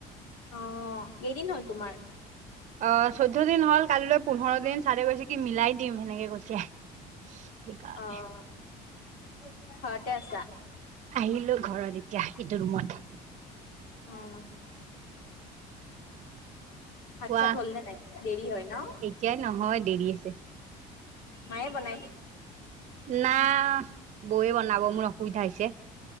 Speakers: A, on the left (about 85°); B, on the right (about 45°).
A: অ', কেইদিন হ'ল তোমাৰ?
B: অ' চৈধ্য দিন হল, কালিলৈ পোন্ধৰ দিন চাৰে কৈছে কি মিলাই দিম সেনেকে কৈছে। সেইকাৰণে
A: অ' ঘৰতে আছা?
B: আহিলো ঘৰত এতিয়া, ইটো ৰুমত।
A: অ'। ভাত-চাত
B: কোৱা
A: হ'ল নে নাই, দেৰি হয় ন?
B: এতিয়াই নহয়, দেৰি আছে।
A: মায়ে বনাই?
B: না বৌয়ে বনাব, মোৰ অসুবিধা হৈছে।